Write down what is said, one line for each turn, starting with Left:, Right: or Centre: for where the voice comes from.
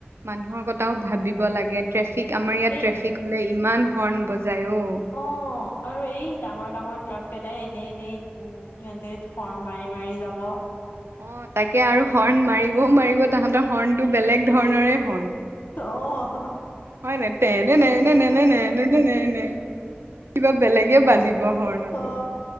Right: মানুহৰ কথাও ভাবিব লাগে। ট্ৰেফিক আমাৰ ইয়াত
Left: এই
Right: ট্ৰেফিক হ'লে ইমান হৰ্ণ বজাই অ।
Left: অঁ! আৰু এই ডাঙৰ-ডাঙৰ ট্ৰাক কেইটাই এনেই-এনেই উম! সিহঁতে হৰ্ণ মাৰি-মাৰি যাব।
Right: অঁ! তাকে আৰু হৰ্ণ মাৰিবও মাৰিব তাহাঁতৰ হৰ্ণটো বেলেগ ধৰণৰে হৰ্ণ।
Left: অঁ <unintelligible>
Right: হয় নাই তেনে নেনে নে <unintelligible> কিবা বেলেগে বাজিব হৰ্ণটো।
Left: অ